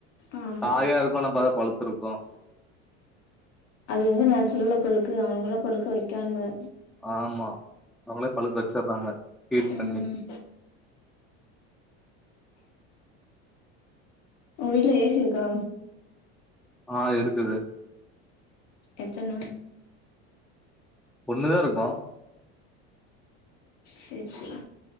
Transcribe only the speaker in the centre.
காயா இருக்கு ஆனா பாத்தா பழுத்திருக்கு
ஆமா அவங்களே பழுக்க வச்சற்றாங்க ஹீட்
பண்ணி
ஆ இருக்குது
ஒன்னுதா இருக்கு